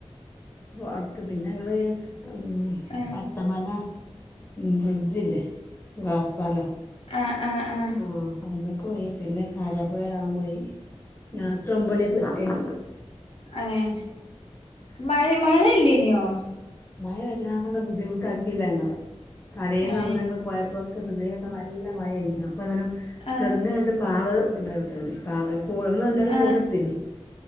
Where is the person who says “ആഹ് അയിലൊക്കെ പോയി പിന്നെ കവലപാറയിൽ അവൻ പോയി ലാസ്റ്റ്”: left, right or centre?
Left